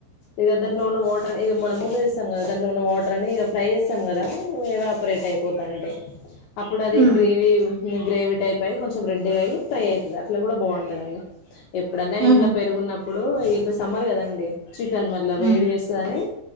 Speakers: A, on the left (about 75°); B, on the right (about 60°).
A: ఇగ దాంట్లో ఉన్న వాటర్ మనం మూత తీస్తాం కదా దాంట్లో ఉన్న వాటర్ అన్ని ఫ్రై చేస్తాం కదా ఎవాపరేట్ అయిపోతాంటాయి అప్పుడు అది
B: ఉమ్
A: గ్రేవీ గ్రేవీ టైప్ అయ్యి కొంచెం రెడ్డూ గా అయ్యి ఫ్రై అయితది. అట్లా కూడా బాగుంటదండి. ఎప్పుడన్నా ఇంట్లో
B: ఉమ్
A: పెరుగున్నప్పు ఇప్పుడు ఇప్పుడు సమ్మర్ కదండి చికెన్ మళ్ల
B: ఉమ్
A: వేడి చేస్తదని